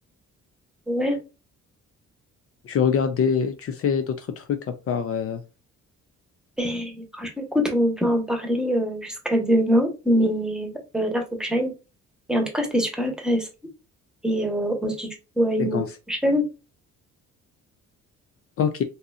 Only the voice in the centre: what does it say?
ouais.
Ben, franchement, écoute, on peut en parler euh, jusqu'à demain, mais euh, là, faut que j'aille. Et en tout cas, c'était super intéressant. Et euh, on se dit du coup à une
prochaine.